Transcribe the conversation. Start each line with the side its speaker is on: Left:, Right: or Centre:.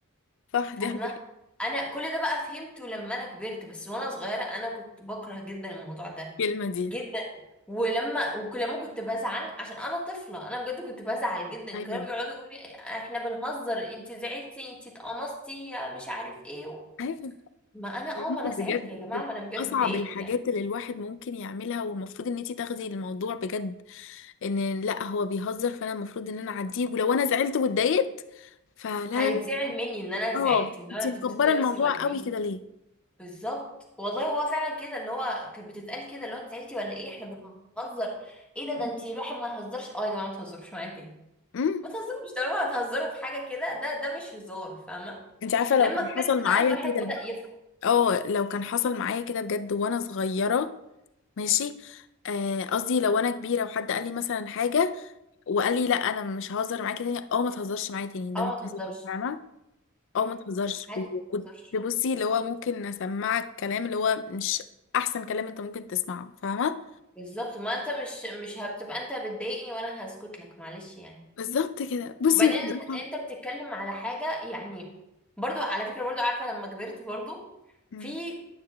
Left: صح دي
Centre: فاهمه
Left: حقيقة
Centre: انا كل ده بقى فهمته لما انا كبرت بس وانا صغيره انا كنت بكره جدا الموضوع ده
Left: الكلمة دي
Centre: جدا ولما ولما كنت بزعل عشان انا طفله انا بجد كنت بزعل جدا
Left: ايوه
Centre: كانوا بيقعدوا يقولوا لي احنا بنهزر انت زعلتي انت اتقمصتي يا مش عارف ايه
Left: ايوه
Centre: ما انا اه ما انا
Left: بجد
Centre: زعلت يا جماعه
Left: من
Centre: ما انا بجد
Left: اصعب
Centre: اتضايقت
Left: الحاجات
Centre: يعني
Left: اللي الواحد ممكن يعملها والمفروض ان انتي تاخدي الموضوع بجد ان لا هو بيهزر فانا المفروض ان انا اعديه ولو انا زعلت واتضايقت فلا لا
Centre: هيتزعل
Left: لا
Centre: مني ان انا زعلت
Left: اه
Centre: ان
Left: انتي
Centre: انا انت
Left: مكبره
Centre: بتتقمصي
Left: الموضوع
Centre: ولا
Left: قوي
Centre: ايه
Left: كده ليه
Centre: بالظبط والله هو فعلا كده اللي هو كانت بتتقال كده اللي هو انت زعلتي ولا ايه احنا بنهزر ايه ده ده انت الواحد ما يهزرش اه يا جماعه ما تهزروش معايا تاني
Left: امم
Centre: ما تهزروش طالما هتهزروا في حاجه كده ده ده مش هزار فاهمه
Left: انتي عارفه لو
Centre: لما
Left: كان
Centre: كبرت
Left: حصل
Centre: بقى
Left: معايا
Centre: الواحد
Left: كده
Centre: بدأ يفهم
Left: اه لو كان حصل معايا كده بجد وانا صغيره ماشي آه، قصدي لو انا كبيره وحد قال لي مثلا حاجه وقال لي لا انا مش ههزر معاكي تاني اه ما تهزرش معايا تاني ده
Centre: اه
Left: مش
Centre: ما تهزرش
Left: هزار فاهمه اه
Centre: مم،
Left: ما تهزرش
Centre: عادي
Left: وكنت
Centre: ما تهزرش
Left: بصي اللي هو ممكن اسمعك كلام اللي هو مش احسن كلام انت ممكن تسمعه فاهمه
Centre: بالظبط ما انت مش مش هتبقى انت بتضايقني وانا هسكت لك معلش يعني
Left: بالظبط كده بصي
Centre: وبعدين
Left: بصراحه
Centre: انت انت بتتكلم على حاجه يعني برضو على فكره برضو عارفه لما كبرت برضو
Left: امم
Centre: في